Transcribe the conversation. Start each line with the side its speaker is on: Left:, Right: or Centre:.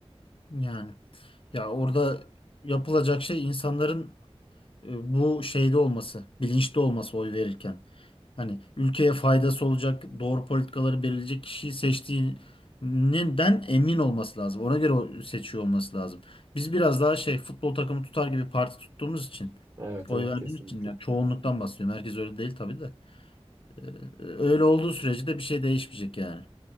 Left: Yani ya orada yapılacak şey insanların e, bu şeyde olması, bilinçli olması oy verirken. Hani ülkeye faydası olacak, doğru politikaları belirleyecek kişiyi seçtiğinden emin olması lazım. Ona göre o seçiyor olması lazım. Biz biraz daha şey futbol takımı tutar gibi parti tuttuğumuz için,
Right: Evet
Left: oy
Right: evet
Left: verdiğimiz
Right: kesinlikle.
Left: için ya çoğunluktan bahsediyorum. Herkes öyle değil tabii de. Ee, Öyle olduğu sürece de bir şey değişmeyecek yani.